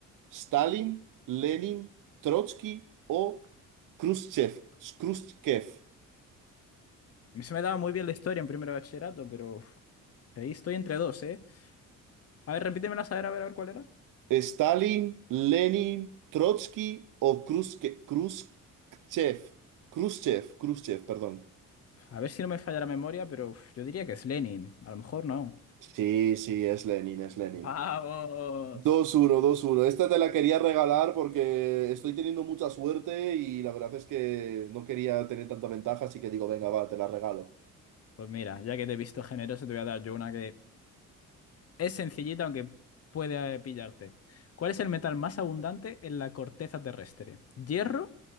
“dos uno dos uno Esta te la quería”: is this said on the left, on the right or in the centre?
Right